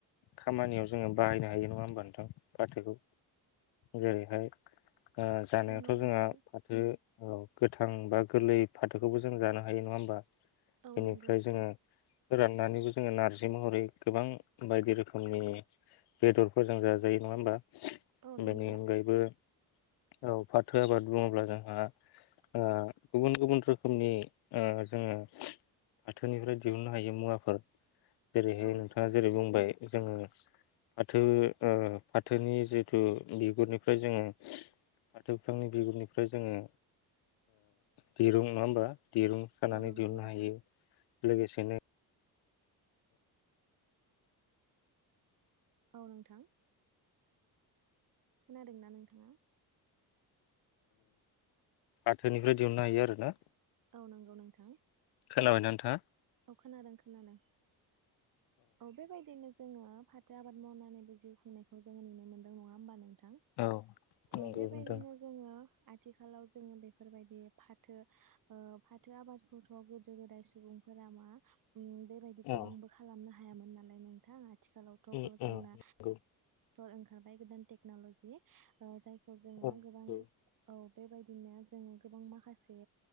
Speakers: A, on the left; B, on the right.
A: खामानियाव जोङो बाहायनो हायो नङा होमबा नोंथां फाथोखौ जेरैहाय ओ जानायावथ'
B: नंगौ नोंथां
A: जोंहा फाथो औ गोथां बा गोरलै फाथोखौबो जों जानो हायो नङा होमबा
B: औ
A: बेनिफ्राय
B: नोंगौ नोंथां।
A: जोङो फोराननानैबो जोङो नारजि महरै गोबां बायदि रोखोमनि बेदरफोरजों जाजायो नङा होमबा?
B: औ नंगौ
A: बेनि अनगायैबो औ फाथो आबाद बुङोब्ला जोंहा ओ गुबुन गुबुन रोखोमनि जोङो। फाथोनिफ्राय दिहुननो हायो मुवाफोर जेरैहाय
B: औ नंगौ
A: नोंथाङा
B: नोंथां
A: जेरै बुंबाय जोङो फाथो फाथोनि जिथु बिगुरनिफ्राय जोङो फाथो बिफांनि बिगुरनिफ्राय जोङो दिरुं नङा होमबा दिरुं सानानै
B: औ नंगौ
A: दिहुननो
B: नोंथां
A: हायो। लोगोसेनो
B: औ नोंथां। खोनादोंना नोंथाङा
A: फाथोनिफ्राय दिहुननो हायो आरोना।
B: औ नंगौ नोंथां ।
A: खोनाबाय नोंथाङा
B: औ खोनादों खोनादों औ बेबायदिनो जोङो फाथो आबाद मावनानैबो जिउ खुंनायखौ जोङो नुनो मोनदों नङा होमबानो
A: औ
B: औ
A: नंगौ
B: बेबायदिनो
A: नोंथां
B: जोङो आथिखालाव जोङो बेफोरबायदि फाथो फाथो आबादखौथ' गोदो गोदाय सुबुं <unintelligible> बेबायदि गोबांबो
A: औ
B: खालामनो हायो। हायामोन नालाय नोंथां आथिखालावथ'
A: उम
B: गो जोंना
A: औ नंगौ
B: ओंखारबाय गोदान टेकन'ल'जि जाय खौ जोङो
A: औ
B: गोबां
A: नंगौ
B: औ। बेबायदिनो जोङो गोबां माखासे